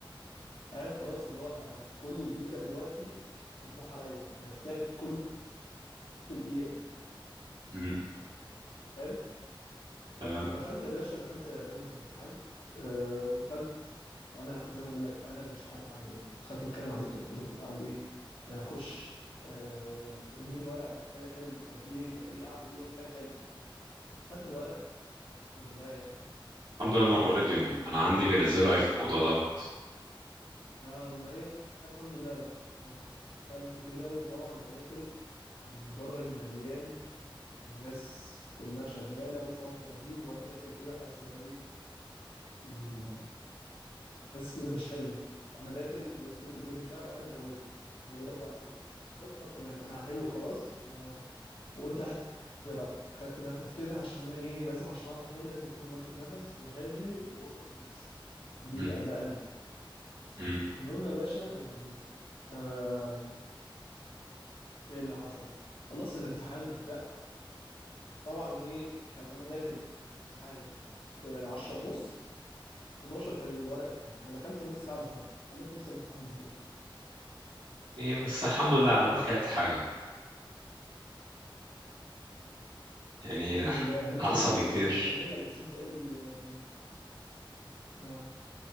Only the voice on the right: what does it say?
امم
تمام
الحمد لله ان
هم راديو
انا عندي بينزلوا اي في الموضوع دوت
امم
امم
إيه، بس الحمد لله
على الأقل
لحقت
حاجه يعني
أح...
احسن
بكتير